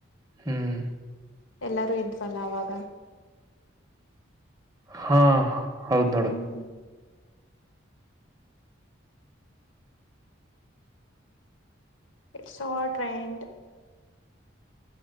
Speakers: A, on the right (about 20°); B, on the left (about 80°).
A: ಹ್ಮ್
B: ಎಲ್ಲಾರೂ ಇದ್ವಲ್ಲ ಅವಾಗ
A: ಹಾ ಹೌದ್ ನೋಡು
B: ಹ್ಮ್ ಇಟ್ಸ್ ಆಲ್ ಟ್ರೆಂಡ್